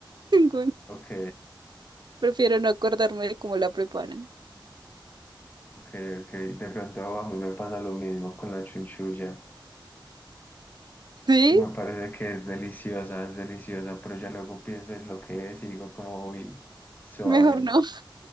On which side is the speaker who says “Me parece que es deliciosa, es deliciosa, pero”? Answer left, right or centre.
Left